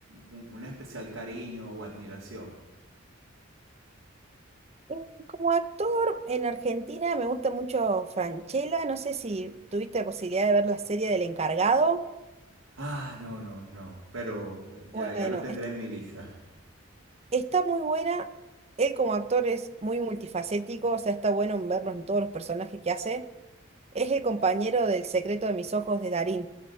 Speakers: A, on the right; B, on the right.
A: un un especial cariño o admiración?
B: Eh, Como actor en Argentina me gusta mucho Franchella, no sé si tuviste la posibilidad de ver la serie del encargado.
A: Ah, no, no, no. Pero eh, ya,
B: Bueno,
A: ya lo tendré
B: est-
A: en mi lista.
B: está muy buena, él como actor es muy multifacético, o sea, está bueno verlo en todos los personajes que hace. Es el compañero del secreto de mis ojos de Darín.